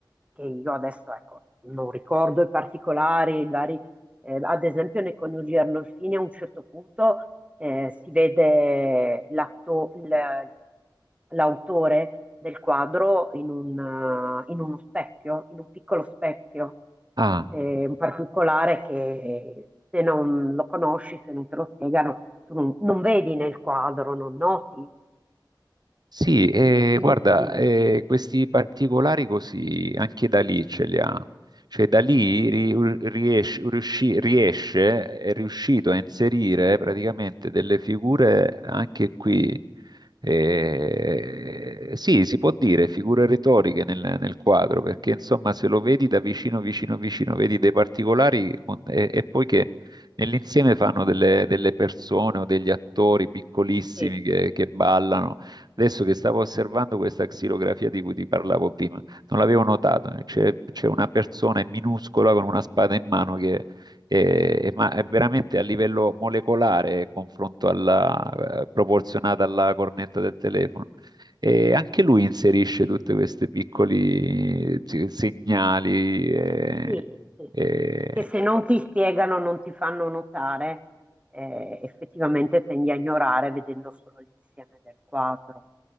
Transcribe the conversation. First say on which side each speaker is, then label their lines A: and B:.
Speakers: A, on the right; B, on the right.
A: che io adesso ecco, non ricordo i particolari, magari, eh, ad esempio nei coniugi Arnolfini a un certo punto eh, si vede l'atto- il- l'autore del quadro in, un, eh, in uno specchio, in un piccolo specchio,
B: Ah,
A: eh, un particolare che eh, se non lo conosci, se non te lo spiegano, tu non, non vedi nel quadro, non noti.
B: Sì, eh,
A: Quindi
B: guarda, eh, questi particolari così anche da lì ce li ha. Cioè da lì ri- riesce, riusci- riesce- è riuscito a inserire praticamente delle figure anche qui, eh, sì, si può dire figure retoriche nel, nel quadro, perché insomma se lo vedi da vicino, vicino, vicino, vedi dei particolari con- e, e poi che nell'insieme fanno delle, delle persone o degli attori piccolissimi
A: sì,
B: che
A: sì,
B: che ballano. Adesso che stavo osservando questa xilografia di cui ti parlavo prima, non l'avevo notato, eh, c'è c'è una persona minuscola con una spada in mano che è, è, ma è veramente a livello molecolare confronto alla, eh, proporzionata alla cornetta del telefono. E anche lui inserisce tutti questi piccoli eh, segnali. eh,
A: sì, sì.
B: eh,
A: Che se non ti spiegano, non ti fanno notare, eh, effettivamente tendi a ignorare vedendo solo l'insieme del quadro.